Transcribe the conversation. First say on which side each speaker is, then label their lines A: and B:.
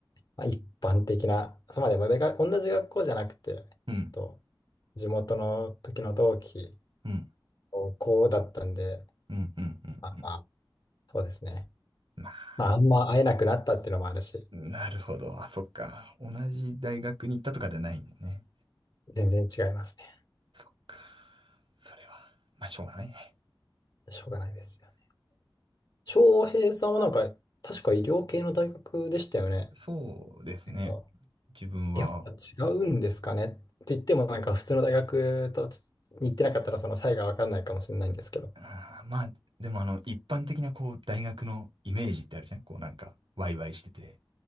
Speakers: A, on the left; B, on the right.
A: まあ、一般的な、そうまあでもでが同じ学校じゃなくて、
B: うん。
A: ちょっと地元の時の同期、
B: うん。
A: 高校だったんで、
B: うん。うん。
A: まあ、
B: うん
A: まあ、そうですね。
B: まあ、
A: まあ、あんま会えなくなったっていうのもあるし、
B: なるほど。あ、そっか。同じ大学に行ったとかじゃないんだね。
A: 全然違いますね。
B: そっか。それは、まあ、しょうがないね。
A: しょうがないですよね。翔平さんはなんか、確か医療系の大学でしたよね。
B: そうですね。
A: なんか、
B: 自分は、
A: やっぱ違うんですかねって言っても、なんか普通の大学とちょっとに行ってなかったら、その差異が分かんないかもしれないんですけど、
B: あーまあ、でもあの、一般的なこう、大学のイメージってあるじゃんこうなんか、ワイワイしてて、